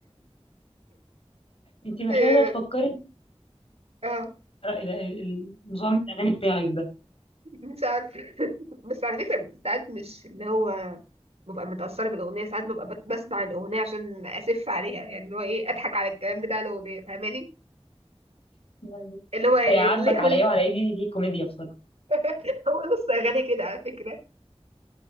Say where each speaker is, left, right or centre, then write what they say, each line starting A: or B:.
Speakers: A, on the left (about 60°); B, on the right (about 70°).
A: انت
B: بس-
A: محتاجه تفكري
B: اه آه.
A: في رأي- ال- ال- نظام الاغاني بتاعك ده
B: مش عارفة <laughs> بس على فكرة ساعات مش اللي هو ببقى متأثرة بالأغنية ساعات ببقى بت- بسمع الأغنية عشان أسف عليها يعني اللي هو إيه أضحك على الكلام بتاع الأغنية فاهماني
A: يعني
B: اللي هو
A: ده يعاتبك
B: ليه كل
A: على ايه وعلى ايه دي دي كوميديا بصراحه
B: <laughs> هو نص أغاني كده على فكرة